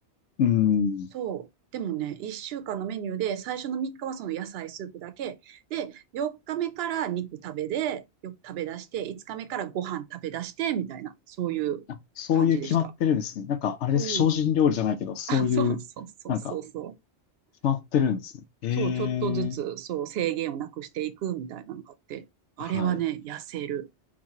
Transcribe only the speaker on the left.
うん。
あそういう決まってるんですね。なんか、あれです。
精進料理じゃないけど、そういう、
なんか、決まってるんですね。ええ
はい。